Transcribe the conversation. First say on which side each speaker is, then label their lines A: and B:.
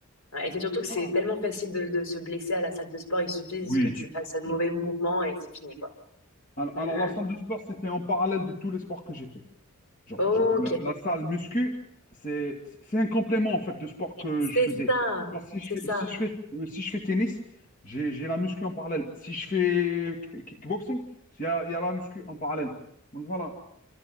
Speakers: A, on the left (about 65°); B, on the left (about 40°).
A: Ouais, Et c'est surtout que c'est
B: Voilà.
A: tellement facile de, de se blesser à la salle de sport. Il suffit
B: Oui.
A: que tu fasses un mauvais
B: Oui.
A: mouvement et c'est fini, quoi.
B: Alors,
A: Mm,
B: alors,
A: mm.
B: la salle de sport, c'était en parallèle de tous les sports que j'ai fait. Genre,
A: Ok.
B: genre, la, la salle muscu, c'est c'est un complément en fait de sport que
A: C'est
B: je faisais.
A: ça.
B: Genre, si
A: C'est
B: je fais,
A: ça.
B: si je fais, euh, si je fais tennis, j'ai j'ai la muscu en parallèle. Si je fais kick- kickboxing, il y a, il y a la muscu en parallèle. Donc voilà.